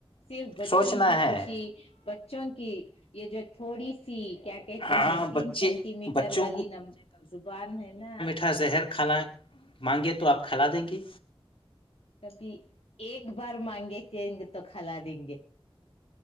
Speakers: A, on the left (about 85°); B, on the left (about 65°).
A: صرف بچوں
B: سوچنا
A: کی
B: ہے
A: خوشی بچوں کی یہ جو تھوڑی سی کیا کہتے
B: ہاں
A: ہیں تین
B: بچے
A: سینٹی میٹر
B: بچوں
A: والی نم زبان ہے نا
B: اچھا زہر کھالا مانگے تو آپ کھلا دیں گے
A: کبھی ایک بار مانگے چینج تو کھلا دیں گے